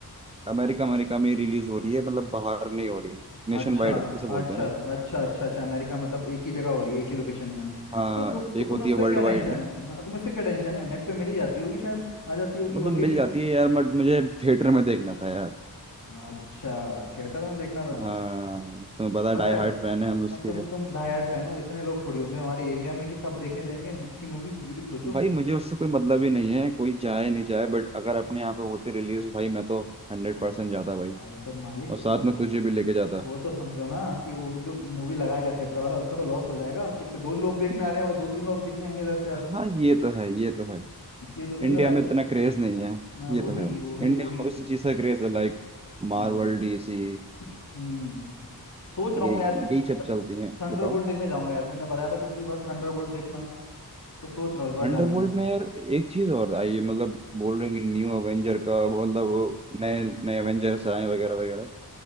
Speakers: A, on the right (about 15°); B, on the left (about 50°).
A: अमेरिका अमेरिका में रिलीज हो रही है मतलब बाहर नहीं हो रही है नेशन
B: अच्छा
A: वाइड ऐसे बोलते
B: अच्छा
A: हैं ना
B: अच्छा अच्छा अच्छा अमेरिका मतलब एक ही जगह हो रही है एक ही लोकेशन में
A: हाँ
B: तो, तो उस-
A: एक
B: तुम्हें
A: होती
B: उससे
A: है वर्ल्ड
B: क्या
A: वाइड
B: टेंशन है हाँ तुम्हें उससे क्या टेंशन है नेट पे मिल ही जाती होगी शायद आ जाती होगी
A: मतलब
B: ओटीटी
A: मिल जाती है यार बट मुझे थिएटर में देखना था यार
B: अच्छा थिएटर में देखना था
A: हाँ तुम्हें पता है
B: पता
A: डाई हार्ट
B: है
A: फैन है हम उसके
B: अ, तुम तुम डाई हार्ड फैन हो इतने लोग थोड़ी होंगे हमारे एरिया में कि सब देखने जाएंगे इसकी मूवी ये भी सोचो
A: भाई मुझे उससे कोई मतलब ही नहीं है कोई चाहे नहीं चाहे बट अगर अपने यहाँ पे होती रिलीज
B: अ-
A: भाई मैं तो हंड्रेड
B: अरे
A: परसेंट
B: तो
A: जाता भाई
B: अरे तो मालिक
A: और
B: वो
A: साथ में तुझे भी लेके जाता
B: वो तो समझो ना कि वो जो मूवी लगाएगा थिएटर वाला उसका तो लॉस हो जाएगा कितने दो लोग देखने आ रहे हैं बस दो तीन लोग देखने आएंगे ज्यादा से ज्यादा
A: हाँ ये तो है ये तो है
B: इसलिए तो नहीं
A: इंडिया
B: लगा रहे
A: में इतना क्रेज नहीं है
B: मैं
A: ये
B: वही
A: तो है
B: वही
A: इंडिया
B: वही
A: में उसी चीज का क्रेज है लाइक मार्वल
B: हाँ,
A: डीसी
B: हम्म सोच रहा
A: ये
B: हूँ मैं
A: यही
B: यार
A: सब चलती हैं
B: थंडरबोल्ट
A: बताओ
B: देखने जाऊंगा यार तुमने बताया था पिछली बार थंडरबोल्ट देखना तो सोच रहा हूँ इस बार
A: थंडरबोल्ट
B: जाने की
A: में यार एक चीज और आई है मतलब बोल रहे हैं कि न्यू अवेंजर का मतलब वो नए नए अवेंजर्स आए वगैरह वगैरह